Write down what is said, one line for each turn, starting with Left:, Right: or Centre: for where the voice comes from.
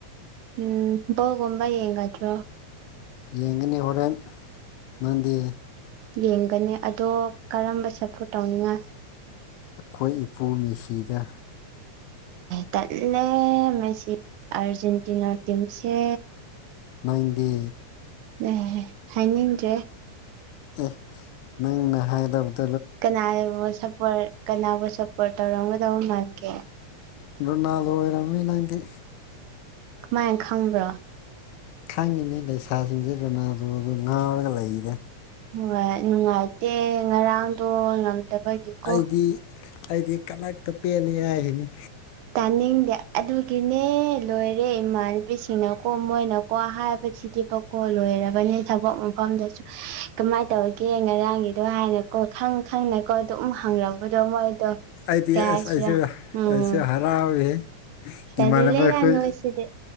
Right: ꯎꯝ ꯕꯣꯜ ꯒꯨꯝꯕ ꯌꯦꯡꯒꯗ꯭ꯔꯥ?
Left: ꯌꯦꯡꯒꯅꯤ ꯍꯣꯔꯦꯟ ꯅꯪꯗꯤ꯫
Right: ꯌꯦꯡꯒꯅꯤ ꯑꯗꯣ ꯀꯔꯝꯕꯗ ꯁꯞꯄ꯭ꯣꯔꯠ ꯇꯧꯅꯤꯡꯉꯤ?
Left: ꯑꯩꯈꯣꯏ ꯏꯄꯨ ꯃꯦꯁꯤꯗ꯫
Right: ꯇꯜꯂꯦ ꯃꯦꯁꯤ ꯑꯔꯖꯦꯟꯇꯤꯅꯥ ꯇꯤꯝꯁꯦ
Left: ꯅꯪꯗꯤ
Right: ꯑꯦ ꯍꯥꯏꯅꯤꯡꯗ꯭ꯔꯦ
Left: ꯑꯦ ꯅꯪꯅ ꯍꯥꯏꯒꯗꯕꯗ
Right: ꯀꯅꯥꯕꯨ ꯁꯄꯣꯔ ꯀꯅꯥꯕꯨ ꯁꯞꯄꯣꯔꯠ ꯇꯧꯔꯝꯒꯗꯕ ꯃꯥꯟꯒꯦ
Left: ꯔꯣꯅꯥꯜꯗꯣ ꯑꯣꯏꯔꯝꯃꯤ ꯅꯪꯗꯤ
Right: ꯀꯃꯥꯏꯟ ꯈꯪꯕ꯭ꯔꯣ
Left: ꯈꯪꯉꯤꯅꯦ ꯂꯩꯁꯥꯁꯤꯡꯁꯦ ꯔꯣꯅꯜꯗꯣꯗꯣ ꯉꯥꯎꯔꯒ ꯂꯩꯔꯦ
Right: ꯍꯣꯏ ꯅꯨꯡꯉꯥꯏꯇꯦ ꯉꯔꯥꯡꯗꯣ ꯉꯝꯗꯕꯒꯤꯀꯣ
Left: ꯑꯩꯗꯤ ꯑꯩꯗꯤ ꯀꯂꯛꯇ ꯄꯦꯜꯂꯤ ꯍꯥꯏꯁꯤꯅꯤ
Right: ꯇꯥꯅꯤꯡꯗꯦ ꯑꯗꯨꯒꯤꯅꯦ ꯂꯣꯏꯔꯦ ꯏꯃꯥꯟ ꯅꯨꯄꯤꯁꯤꯡꯅꯀꯣ ꯃꯣꯏꯅꯀꯣ ꯍꯥꯏꯕꯁꯤꯗꯤꯕꯀꯣ ꯂꯣꯏꯔꯕꯅꯤ ꯊꯕꯛ ꯃꯐꯝꯗꯁꯨ ꯀꯃꯥꯏꯅ ꯇꯧꯒꯦ ꯉꯔꯥꯡꯒꯤꯗꯣ ꯍꯥꯏꯅꯀꯣ ꯈꯪ ꯈꯪꯅꯀꯣ ꯇꯨꯝ ꯍꯪꯔꯝꯕꯗꯣ ꯃꯣꯏꯗꯣ
Left: ꯑꯩꯗꯤ
Right: ꯀꯩ ꯍꯥꯏꯁꯤꯔꯥ
Left: ꯑꯁ ꯑꯩꯁꯨ
Right: ꯎꯝ
Left: ꯑꯩꯁꯨ <inaudible>
Right: ꯇꯜꯂꯦꯗ
Left: ꯏꯃꯥꯟꯅꯕ ꯑꯩꯈꯣꯏ
Right: ꯅꯣꯏꯁꯤꯗꯤ